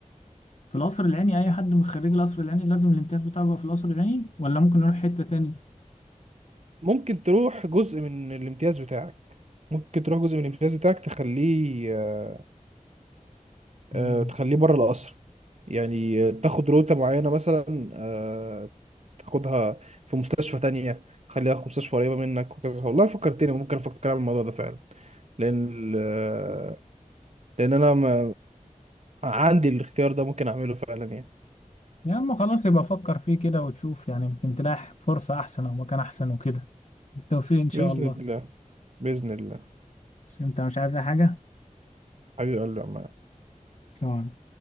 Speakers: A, on the left (about 55°); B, on the right (about 55°).
A: في القصر العيني أي حد من خريج القصر العيني لازم الامتياز بتاعه يبقى في القصر العيني ولا ممكن نروح حتة تاني
B: ممكن تروح جزء من الامتياز بتاعك ممكن تروح جزء من الامتياز بتاعك تخليه آه،
A: مم.
B: آه، تخليه بره القصر يعني آه، تاخد روتة معينة مثلا آه، تاخدها في مستشفى تانية تخليها في مستشفى قريبة منك وكذا والله فكرتني ممكن أفكر أعمل الموضوع ده فعلا لأن آه، لان انا ما آه، عندي الاختيار ده ممكن اعمله فعلا يعني
A: يا اما خلاص يبقى فكر فيه كده وتشوف يعني يمكن تلاقي فرصة أحسن أو مكان أحسن وكده بالتوفيق إن شاء
B: باذن
A: الله
B: الله باذن الله
A: بس انت مش عايز أي حاجة
B: حبيبي قلبي يا عم
A: سلام عليكم.